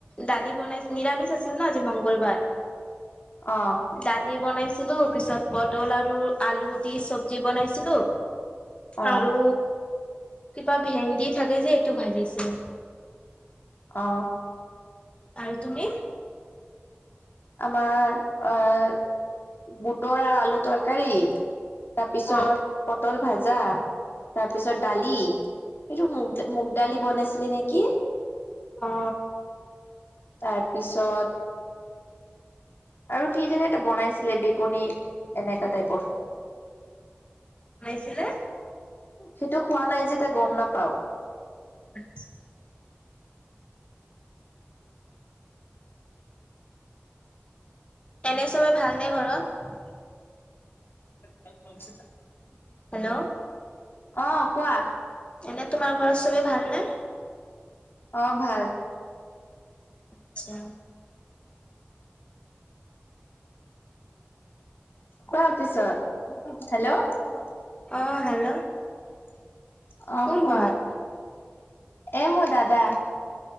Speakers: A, on the left; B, on the left.
A: দালি বনাই নিৰামিষ আছিল ন আজি মংগলবাৰ
B: অ',
A: ডালি বনাইছিলো পিছত পটল আৰু আলু দি চব্জি বনাইছিলো
B: অ',
A: আৰু কিবা ভেন্দি থাকে যে এইটো ভাজিছিলে
B: অ
A: আৰু তুমি
B: আমাৰ আহ বুটৰ আৰু আলু তৰকাৰী তাৰ পিছত
A: অ
B: পটল ভাজা তাৰপিছত দালি এইটো মুগ মুগ দালি বনাইছিলে নেকি
A: অ
B: তাৰ পিছত আৰু কি যে এটা বনাইছিলে বেগনি এনেকোৱা টাইপৰ
A: বনাইছিলে
B: সেইটো হোৱা নাই যে তই গম নাপাও
A: আত্ছা এনে চবে ভালনে ঘৰত
B: <unintelligible>
A: হেল্ল'
B: অ কোৱা
A: এনে তোমাৰ ঘৰত চবেই ভালনে
B: অ ভাল
A: আচ্ছা
B: কোৱাৰ পিছত হেল্ল' আহ
A: অ হেল্ল' কোন
B: কোৱা
A: হয়
B: এমো দাদা